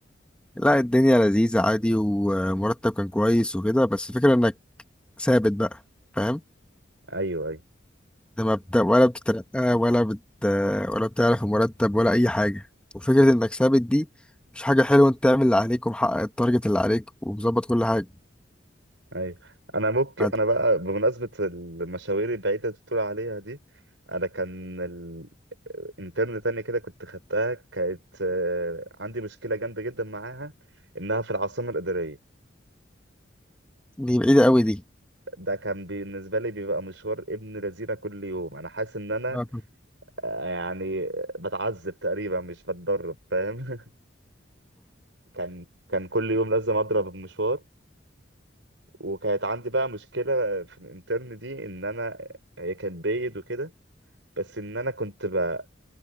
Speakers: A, in the centre; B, on the right.
A: لا الدنيا لذيذة عادي ومرتب كان كويس وكده بس الفكرة انك ثابت بقى فاهم
B: أيوة أيوة
A: انت ما بت... ولا بتترقى ولا بت... ولا بتعرف المرتب ولا اي حاجة وفكرة انك ثابت دي مش حاجة حلوة انت تعمل اللي عليك ومحقق التارجت اللي عليك ومظبط كل حاجة
B: ايوه انا ممكن
A: فت-
B: انا بقى بمناسبه المشاوير البعيده اللي بتقول عليها دي انا كان ال- انترن تانية كده كنت خدتها كانت آه، عندي مشكله جامده جدا معاها انها في العاصمه الاداريه
A: دي بعيدة قوي دي
B: ده كان بالنسبة لي بيبقى مشوار ابن لذينة كل يوم أنا حاسس إن أنا
A: آه، طب
B: آه، يعني بتعذب تقريبا مش بتدرب فاهم <laughs> كان كان كل يوم لازم أضرب المشوار وكانت عندي بقى مشكلة في الانترن دي إن أنا آه، هي كانت بايد وكده بس إن أنا كنت ب...